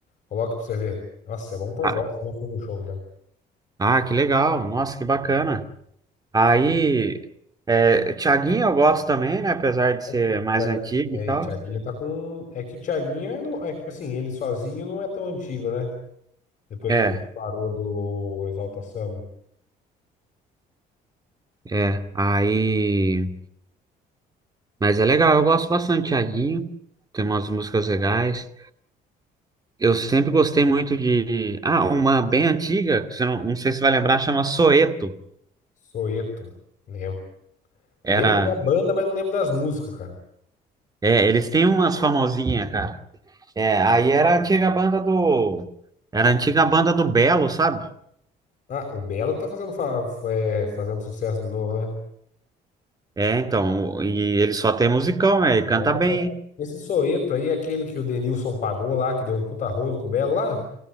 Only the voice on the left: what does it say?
Coloca pra você ver. Nossa, é bom por
bosta, já fui no show já.
É,
Thiaguinho,
é,
e Thiaguinho tá com. É que o Thiaguinho é, no... é que assim, ele sozinho não é tão antigo, né? Depois
que ele separou do Exalta Samba.
Soeto, lembro.
Lembro da banda, mas não lembro das músicas, cara.
Ah, o Belo que tá fazendo, fa- é, fazendo sucesso de novo, né?
O
Belo tá
fazendo. Esse Soeto aí é aquele que o Denilson pagou lá, que deu um puta rolo com o Belo lá?